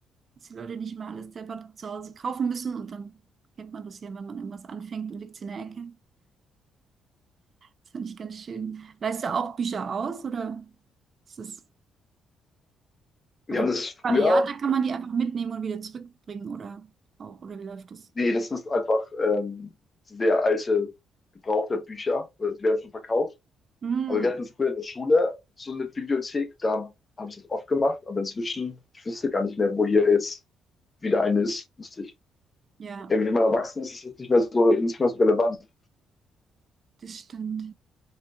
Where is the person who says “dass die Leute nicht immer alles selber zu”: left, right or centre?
Right